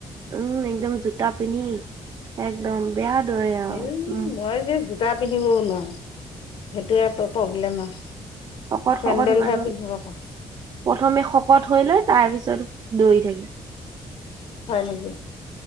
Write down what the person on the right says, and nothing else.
উম, একদম জোতা পিন্ধি একদম বেয়া দৰে আৰু
উম,
শকত-শকত
মানুহ,
প্ৰথমে শকত শকত হৈ লৈ তাৰপিছত, দৌৰি থাকিম।